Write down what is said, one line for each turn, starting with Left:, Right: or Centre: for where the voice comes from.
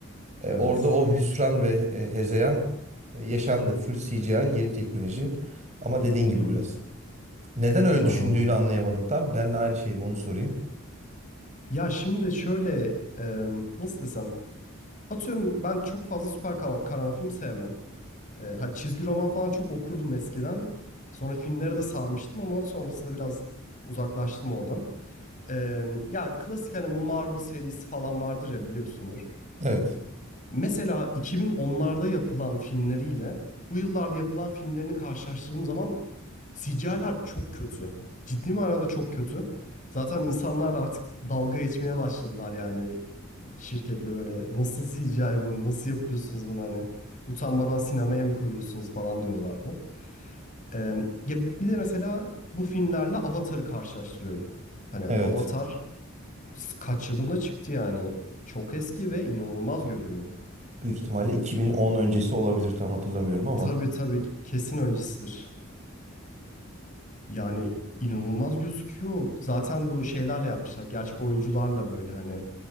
Right: E,
Left: Evet.
Right: orada o hüsran ve e, hezeyan e, yaşandı. Full CGI, yeni teknoloji. Ama dediğin
Left: Hı
Right: gibi
Left: hı.
Right: biraz. Neden öyle
Left: Anladım.
Right: düşündüğünü anlayamadım tam. Ben de aynı şeyim onu sorayım.
Left: Ya şimdi şöyle e, nasıl desem. Atıyorum ben çok fazla süper kahra- kahraman film sevmem. E, ha, çizgi roman falan çok okurdum eskiden. Sonra filmlere de sarmıştım ama sonrasında biraz uzaklaştım oradan. E, ya klasik hani bu Marvel serisi falan vardır ya biliyorsundur.
Right: Evet.
Left: Mesela 2010'larda yapılan filmleriyle bu yıllarda yapılan filmlerini karşılaştırdığım zaman Sicalar çok kötü. Ciddi manada çok kötü. Zaten insanlar artık dalga geçmeye başladılar yani şirketle böyle nasıl CGI bu nasıl yapıyorsunuz bunu hani utanmadan sinemaya mı koyuyorsunuz falan diyorlardı. Ee, ya bir de mesela bu filmlerle Avatar'ı karşılaştırıyorum. Hani
Right: Evet.
Left: Avatar kaç yılında çıktı yani çok eski ve inanılmaz görünüyor.
Right: Büyük ihtimalle 2010 öncesi olabilir tam hatırlamıyorum ama.
Left: Tabii tabii kesin öncesidir. Yani inanılmaz gözüküyor. Zaten bu şeylerle yapmışlar. Gerçek oyuncularla böyle hani